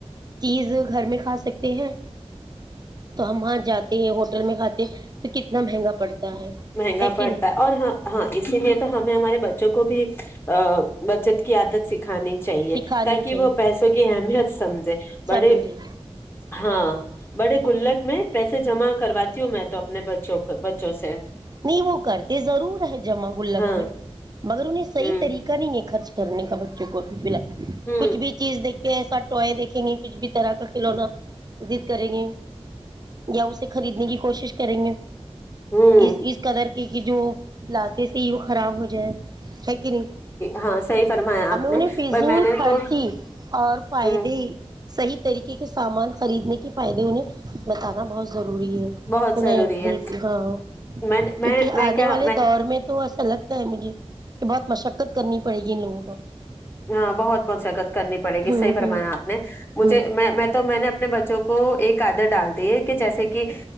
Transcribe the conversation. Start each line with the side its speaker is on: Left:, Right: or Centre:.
Right: چیز گھر میں کھا سکتے ہیں تو ہم وہاں جاتے ہیں ہوٹل میں کھاتے تو کتنا مہنگا پڑتا ہے
Left: مہنگا
Right: کہ
Left: پڑتا
Right: نہیں
Left: ہے اوراں ہاں اسی لیے تو ہمیں ہمارے ب ج کو بھی ا بچت کی عادت س کھانی چاہیے
Right: سکھانی
Left: تاکہ
Right: چاہیے
Left: وہ پیسوں کی اہمیت سمجھے بڑے
Right: سمجھے
Left: ہاں بڑے گلک میں پیسے جمع کراتتی ہوں میں تو اپنے بچوں کو بچوں سے
Right: نہیں وہ کرتے ضرور ہے جمع گلک
Left: ہاں
Right: میں مگر انہیں صح
Left: ہوں
Right: طریقہ نہیں ہے خرچ کرنے کا بچوں کو ابھی ف ال
Left: ہوں
Right: کچھ بھی چیز دیکھ کے س ٹوئے دیکھیں گے کچھ بھی طرح کا کھلونات کریں گے یا اسے خریدنے کی کوشش کریں گے
Left: ہوں
Right: اس اس قدر کی کی جو لاتے سے ہی وہ خراب ہو جائے ہے کہ نہیں
Left: ہاں صحیح فرمایا آپ
Right: ہمیں
Left: نے
Right: انہیں فضول
Left: پر میں نے
Right: خرچی
Left: تو
Right: اور فائدے
Left: ہ
Right: صحیح طریقے کے سامان خریدنے کے فائدے انہیں بتانا بہت ضروری ہے
Left: بہت ضروری
Right: ہیں بالکل
Left: ہے
Right: ہاں
Left: میں میں
Right: کیونکہ
Left: میں
Right: آنے
Left: کیا
Right: والے دور میں تو اصل لگتا ہے مجھے کہ بہت مشقت کرنی پڑے گی ان لوگوں کو
Left: ہاں بہت بہت شگت کرنی پڑے گی
Right: ہوں
Left: صحی فرمایا
Right: ہوں
Left: آپ نے مجھے
Right: ہوں
Left: میں میں تو میں نے اپنے ب بچوں کو ایک آدر ڈال دی ہے کہ جیسے کہ